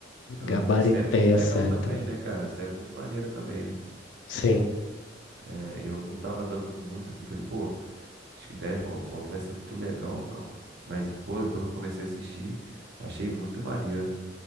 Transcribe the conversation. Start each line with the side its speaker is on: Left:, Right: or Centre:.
Right: Aham,
Left: gabaritei
Right: série muito
Left: a
Right: legal
Left: série
Right: também,
Left: também.
Right: né, cara? Série muito maneira também, né?
Left: Sim,
Right: É, eu não tava dando muito, assim, falei, pô, acho que Better Call Saul não vai ser muito legal, não. Mas, pô, depois que eu comecei a assistir, achei muito maneiro.